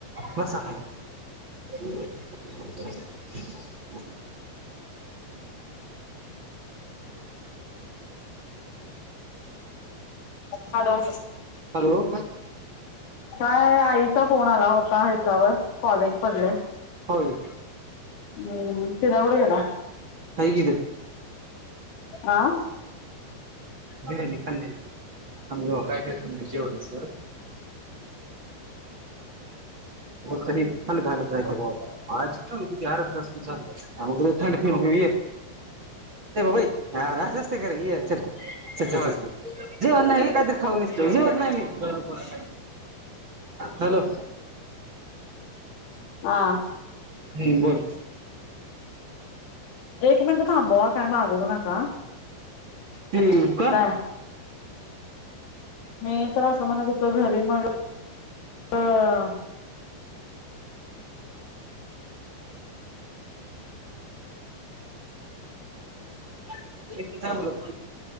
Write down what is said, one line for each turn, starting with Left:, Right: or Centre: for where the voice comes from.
Right: बसा. <inaudible>
Left: हॅलो
Right: हॅलो
Left: काय आई चा फोन आला होता ह्याच्यावर कॉलिंग पडलय.
Right: होय.
Left: हम्म पिल्या कुठ गेला?
Right: आहे की हितच
Left: आं
Right: बिर्याणी खाल्ली <unintelligible> हा हा करायचं कधी कधी हालक हलक आज अर्धा तास झालं आवाज लय येतोय. थंड पिऊन घेऊ ये आर आस असतं का ये चल चल जेवन नाही काहीत तर खाऊ येतो जेवत नाही मी हॅलो
Left: हां
Right: हम् बोल
Left: एक मिनिटं थांबवा काय मागवू नका.
Right: हम् का
Left: काय मी तर आस म्हणत घरी मग अं
Right: <unintelligible> चांगलं